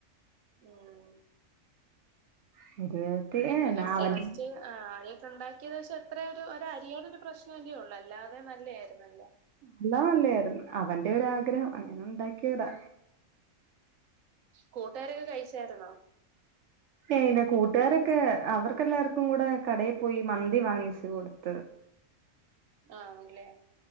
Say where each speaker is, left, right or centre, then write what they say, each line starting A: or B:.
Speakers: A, on the right; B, on the right.
A: ആഹ്
B: <unintelligible>
A: എങ്കിലും
B: അവന്റെ
A: ഫസ്റ്റ് <unintelligible> ആദ്യായിട്ട് ഒണ്ടാക്കിയത് പക്ഷേ എത്രയ ഒരു അരിയുടെ ഒരു പ്രശ്നംല്ലേ ഒള്ളൂ അല്ലാതെ നല്ലായിരുന്നല്ലോ
B: എല്ലാ നല്ലായിരുന്നു അവന്റെ ഒരാഗ്രഹം അങ്ങനെ ഉണ്ടാക്കിയതാ
A: ഉംകൂട്ടുകാരൊക്കെ കഴിച്ചായിരുന്നോ
B: ഏ ഇല്ല കൂട്ടുകാരൊക്കെ അവർക്കെല്ലാർക്കും കൂടെ കടയിൽ പോയി മന്തി വാങ്ങിിച്ചു കൊടുത്ത്
A: ആണല്ലെ